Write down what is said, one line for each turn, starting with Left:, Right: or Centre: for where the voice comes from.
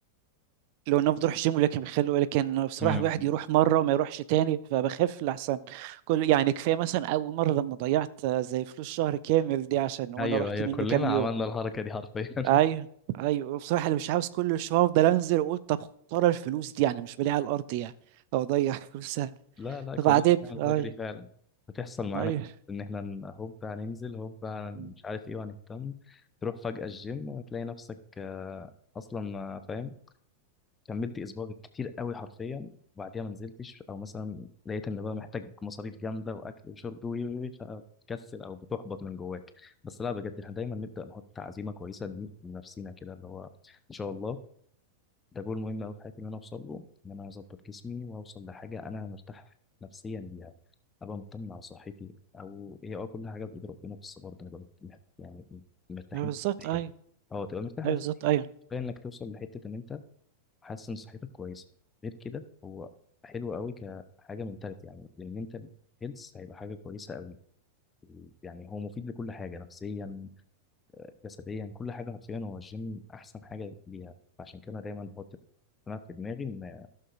Right: لو ان افضل اروح الجيم ولكن بيخلوا لكن بصراحه
Left: مم.
Right: الواحد يروح مره وما يروحش تاني فبخف لحسن كل يعني كفايه مثلا اول مره لما ضيعت آه، زي فلوس شهر كامل دي عشان وانا
Left: ايوه
Right: رحت
Left: ايوه
Right: منه
Left: كلنا
Right: كام يوم
Left: عملنا الحركه دي حرفيا <laughs>
Right: ايوه ايوه بصراحه انا مش عاوز كل شويه افضل انزل واقول طب خساره الفلوس دي يعني مش بلاقيها على الارض يعني او اضيع <laughs> فلوسها
Left: لا لا
Right: فبعدين
Left: كلنا بنعمل
Right: ايوه
Left: الحركة دي فعلا هتحصل معانا
Right: ايوه
Left: كتير إن إحنا ن- هوب هننزل هوب هن-
Right: م-
Left: مش عارف إيه وهنهتم تروح فجأة الجيم هتلاقي نفسك آه، أصلا آه، فاهم كملت
Right: م.
Left: اسبوع بالكتير قوي حرفيا وبعديها ما نزلتش او مثلا لقيت ان بقى محتاج مصاريف جامده واكل وشرب وي وي وي، فبتكسل او بتحبط من جواك بس لا بجد احنا دايما نبدا نحط عزيمه كويسه لن- لنفسينا كده اللي هو ان شاء الله ده جول مهم قوي في حياتي ان انا اوصل له ان انا اظبط جسمي واوصل لحاجه انا مرتاح نفسيا ليها ابقى مطمن على صحتي او هي اه كل حاجه بايد ربنا بس برضه نبقى مت- يعني مرتاحين
Right: أيوة بالظبط
Left: نفسياً.
Right: ايوه
Left: اه تبقى مرتاح
Right: ايوه
Left: نفسيا
Right: بالظبط ايوه
Left: كفايه انك توصل لحته ان انت حاسس ان صحتك كويسه غير كده هو حلو قوي كحاجه منتاليتي يعني للمنتال هيلث هيبقى حاجه كويسه قوي يعني هو مفيد لكل حاجه نفسيا جسديا كل حاجه حرفيا هو الجيم احسن حاجه ليها فعشان كده أنا دايما بحط انا في دماغي ان